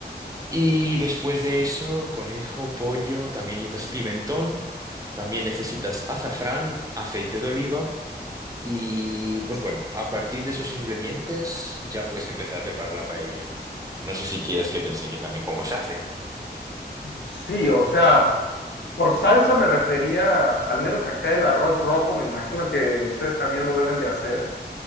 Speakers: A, on the right; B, on the left.
A: Y después de eso, conejo, pollo, también necesitas pimentón, también necesitas azafrán, aceite de oliva. Y pues bueno, a partir de esos ingredientes ya puedes empezar a preparar la paella. No sé si quieres que te enseñe también cómo se hace.
B: Sí, o sea, por salsa me refería, al menos acá el arroz rojo, me imagino que ustedes también lo deben de hacer.